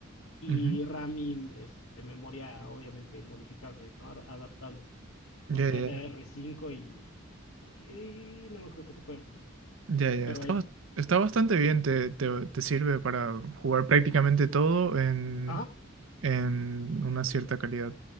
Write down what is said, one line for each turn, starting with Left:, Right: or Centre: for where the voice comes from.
Left: y
Right: ujú.
Left: RAM y este, memoria obviamente modificables, ¿no? Ad- Adaptables. Con
Right: Ya,
Left: ddr
Right: ya,
Left: cinco y... y no me acuerdo qué tipo de memoria.
Right: ya, ya, ya.
Left: Pero
Right: Está,
Left: ahí va.
Right: bas- está bastante bien, te, te, te sirve para jugar prácticamente todo en.
Left: Ajá,
Right: en una cierta calidad.